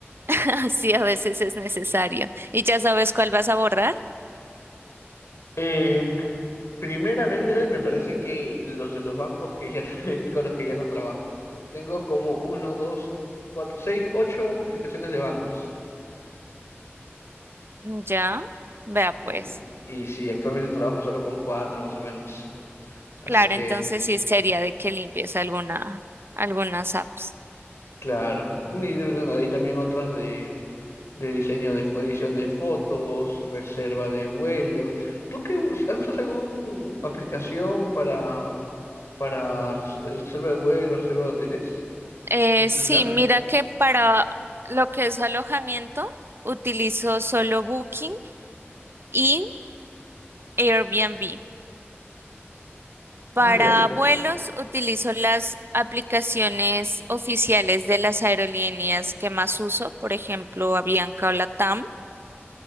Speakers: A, on the right; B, on the left.
A: <laughs> así a veces es necesario. ¿Y ya sabes cuál vas a borrar?
B: Eh, primeramente, me parece que los de los bancos que ya, <laughs> con los que ya no trabajo. Tengo como uno, dos, cuatro, seis, ocho aplicaciones de bancos.
A: Ya. Vea pues.
B: Y, y sí, actualmente trabajo solo con cuatro, más o menos. Así
A: Claro,
B: que,
A: entonces sí sería de que limpies alguna, algunas apps.
B: claro. Y de- bueno, hay también otras de, de diseño de fo- edición de fotos, reserva de vuelos. ¿Tú qué us- usas alguna aplicación para, para res- eh, reserva de vuelos, reserva de hoteles?
A: Eh,
B: ¿El celular?
A: sí, mira que para lo que es alojamiento utilizo solo Booking y Airbnb. Para
B: Ah, mira.
A: vuelos utilizo las aplicaciones oficiales de las aerolíneas que más uso, por ejemplo, Avianca o LATAM.